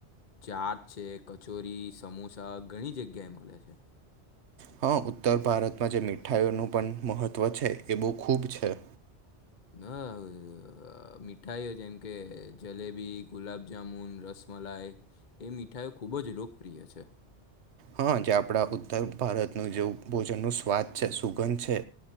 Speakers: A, on the left (about 45°); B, on the right (about 75°).
A: ચાટ છે કચોરી, સમોસા ઘણી જગ્યાએ મલે છે.
B: હા ઉત્તર ભારતમાં જે મીઠાઈનું પણ મહત્વ છે એ બહુ ખૂબ છે.
A: હા મીઠાઈઓ જેમ કે જલેબી ગુલાબજામુન રસ મલાઈ, એ મીઠાઈ ખૂબ જ લોકપ્રિય છે.
B: હા જે આપણા ઉત્તર ભારતનું જેવ ભોજન નું સ્વાદ છે સુગંધ છે.